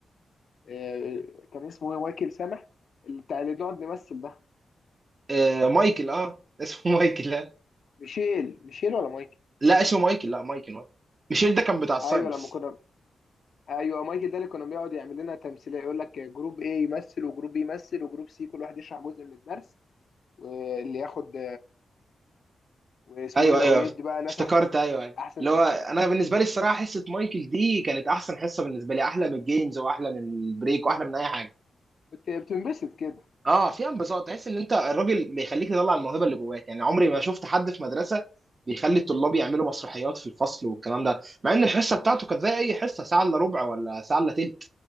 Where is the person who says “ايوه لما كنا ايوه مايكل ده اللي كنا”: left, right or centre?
Left